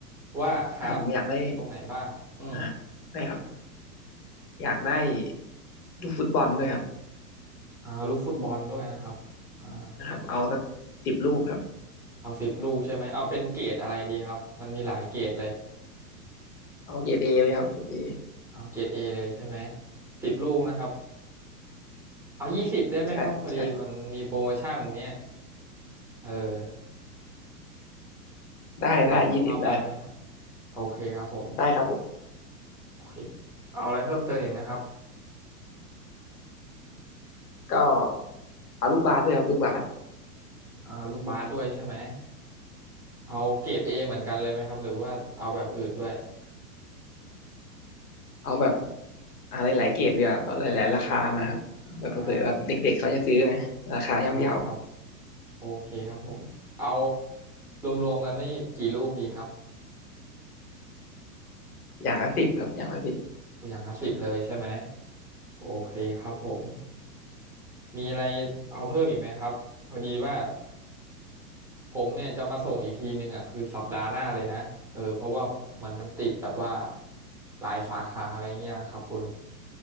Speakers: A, in the centre; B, on the left.
A: ว่าครับ
B: อ่าผมอยากได้
A: ตรงไหนบ้างอืม
B: อ่าได้ครับอยากได้ลูกฟุตบอลด้วยครับ
A: เอาลูกฟุตบอลด้วยนะครับอ่า
B: นะครับเอาสักสิบลูกครับ
A: เอาสิบลูกใช่ไหมเอาเป็นเกรดอะไรดีครับมันมีหลายเกรดเลย
B: เอาเกรดเอเลยครับเกรดเอ
A: เอาเกรดเอเลยใช่ไหมสิบลูกนะครับเอายี่สิบได้ไหมครับพอดีมันมีโปรโมชั่นเนี่ย
B: ใช่ใช่
A: เออ
B: ได้ได้ยี่สิบได้
A: รับรับไว้ไหมครับโอเคครับผม
B: ได้ครับผม
A: โอเคเอาอะไรเพิ่มเติมอีกไหมครับ
B: ก็เอาลูกบาสด้วยครับลูกบาส
A: อ่าลูกบาสด้วยใช่ไหมเอาเกรดเอเหมือนกันเลยไหมครับหรือว่าเอาแบบอื่นด้วย
B: เอาแบบอะไรหลายๆเกรดดีกว่าเอาหลายๆราคามาครับแบบเผื่อๆแบบเด็กๆเขาจะซื้อนะราคาย่อมเยา
A: อ่าได้ครับโอเคครับผมเอารวมๆกันนี่กี่ลูกดีครับ
B: อย่างละสิบครับอย่างละสิบ
A: อย่างละสิบเลยใช่ไหมโอเคครับผมมีอะไรเอาเพิ่มอีกไหมครับพอดีว่าผมเนี่ยจะมาส่งอีกทีนึงอ่ะคือสัปดาห์หน้าเลยนะเออเพราะว่ามันมันติดแบบว่าหลายสาขาอะไรเงี้ยครับคุณ